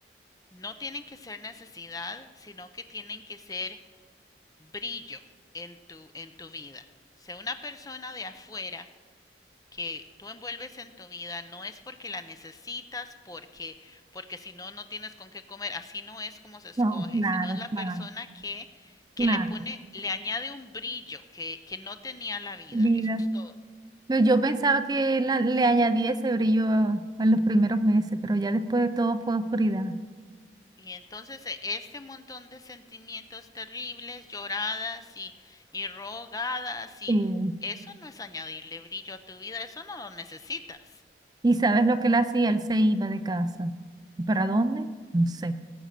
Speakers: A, on the left (about 20°); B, on the right (about 20°).
A: no tienen que ser necesidad, sino que tienen que ser brillo en tu, en tu vida. O sea, una persona de afuera que tú envuelves en tu vida no es porque la necesitas, porque, porque si no, no tienes con qué comer. Así no es como se escoge,
B: No, claro,
A: sino es la
B: claro,
A: persona que, que
B: claro.
A: le pone, le añade un brillo que, que no tenía la vida.
B: Vida.
A: Eso es todo.
B: No, Yo pensaba que la- le añadía ese brillo a- en los primeros meses, pero ya después de todo fue oscuridad.
A: Y entonces e- este montón de sentimientos terribles, lloradas y, y rogadas y
B: Sí.
A: eso no es añadirle brillo a tu vida, eso no lo necesitas.
B: ¿Y sabes lo que él hacía? Él se iba de casa. ¿Y ¿Para dónde? No sé.